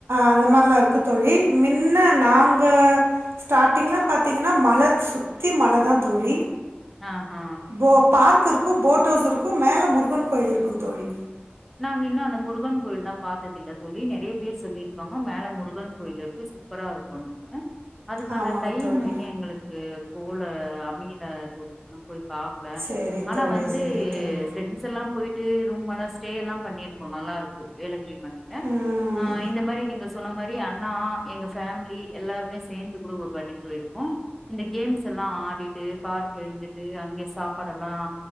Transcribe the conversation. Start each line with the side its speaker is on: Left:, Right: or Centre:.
Right: அந்த மாதிரிலாம் இருக்கு தொழி மின்னா நாங்கள் ஸ்டாரிங்லாம் பாத்தீங்கன்னா மழை சுத்தி மழைதான் தோழி
Centre: ஆஹ் ஆஹ்
Right: போ பார்க் இருக்கும் போட் ஹவுஸ் இருக்கும் மேல முருகன் கோயில் இருக்கும் தோழி
Centre: நாங்க இன்னும் அந்த முருகன் கோயில தான் பார்த்தது இல்ல தோழி நிறைய பேர் சொல்லியிருப்பாங்க மேல முருகன் கோயில் இருக்கு சூப்பரா இருக்கும்ன்னு அதுக்கான
Right: ஆமாங்க
Centre: டைம்
Right: தோழி
Centre: இன எங்களுக்கு போ போ்ள அமில தொழும் போய் பாக்கல
Right: சரி
Centre: ஆனா
Right: தோழி
Centre: வந்து
Right: சரி தோழி
Centre: ஸ்டோண்ஸ் எல்லாம் போயிட்டு ரூம் எல்லாம் ஸ்டே எல்லாம் பண்ணிருக்கோம் நல்லா இருக்குக்கு ஏழு எட்டு பண்ணேன்
Right: ம்,
Centre: இந்த மாரி நீங்க சொன்ன மாரி அண்ணா எங்க ஃபேமிலி எல்லாருமே சேர்ந்து கூட ஒரு வாட்டி போயிருக்கும் இந்த கேம்ஸ் எல்லாம் ஆடிட்டு பார்க்கல இருந்துட்டு அங்கே சாப்பாட எல்லாம்